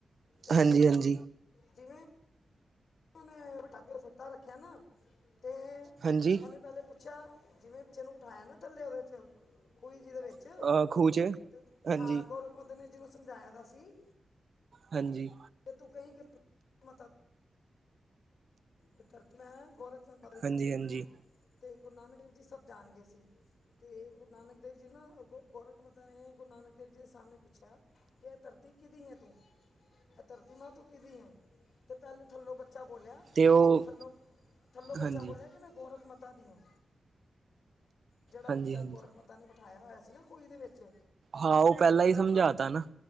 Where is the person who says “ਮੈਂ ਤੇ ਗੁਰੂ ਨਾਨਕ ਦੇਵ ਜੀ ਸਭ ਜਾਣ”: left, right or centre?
Left